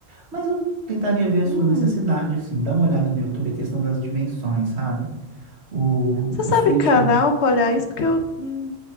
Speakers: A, on the right (about 75°); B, on the left (about 85°).
A: Mas eu tentaria ver a
B: Hum.
A: sua necessidade, assim. Dá uma olhada no YouTube, a questão das dimensões, sabe? O,
B: Você
A: o
B: sabe
A: suíte
B: canal pra olhar isso? Porque eu, hum,